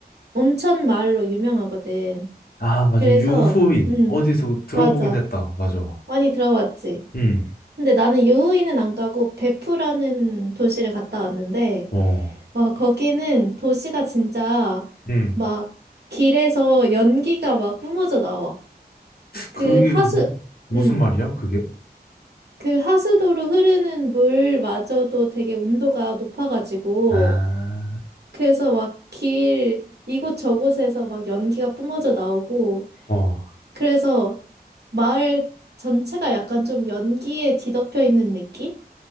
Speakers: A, on the right; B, on the left.
A: 온천 마을로 유명하거든.
B: 아, 맞아.
A: 그래서
B: 유후인.
A: 음,
B: 어디서 들어보긴
A: 맞아.
B: 했다. 맞아.
A: 많이 들어봤지.
B: 음.
A: 근데 나는 유후인은 안 가고 베푸라는 도시를 갔다 왔는데
B: 어.
A: 와, 거기는 도시가 진짜
B: 음.
A: 막 길에서 연기가 막 뿜어져 나와. 그
B: 그게
A: 하수,
B: 무, 무슨
A: 음,
B: 말이야? 그게?
A: 그 하수도로 흐르는 물마저도 되게 온도가 높아가지고,
B: 아,
A: 그래서 막 길, 이곳저곳에서 막 연기가 뿜어져 나오고,
B: 어.
A: 그래서 마을 전체가 약간 좀 연기에 뒤덮여 있는 느낌?